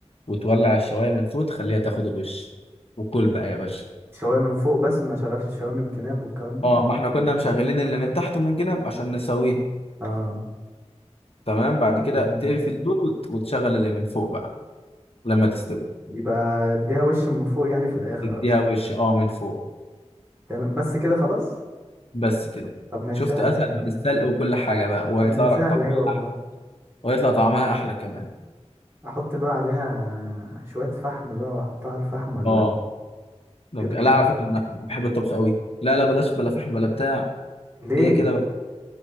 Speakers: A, on the left; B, on the right.
A: وتولع الشواية من فوق تخليها تاخد الوش وكل بقى يا باشا
B: الشوايه من فوق بس ما شغلش الشوايه من الجناب والكلام ده
A: اه ما احنا كنا مشغلين اللي من تحت ومن الجنب عشان نسويها
B: اه
A: تمام بعد كده
B: تمام
A: تقفل دول وت- وتشغل اللي من فوق بقى لما تستوي
B: يبقى اديها وش من فوق يعني في الاخر
A: تديها
B: اصلا
A: وش اه من فوق
B: تمام بس كده خلاص
A: بس كده
B: طب ما
A: شفت
B: هي سهله
A: اسهل
B: اهي يا عم
A: من السلق وكل حاجة بقى وهيطلع
B: طب ما هي سهله
A: لك طعمها
B: اهي والله
A: احلى وهيطلع طعمها احلى كمان
B: احط بقى عليها شويه فحم بقى واحطها على الفحم ولا
A: اه ده
B: تبقى
A: بج... لا
B: جامده
A: على فكره انا بحب الطبخ قوي لا لا بلاش بلا فحم بلا بتاع
B: ليه
A: هي كده بقى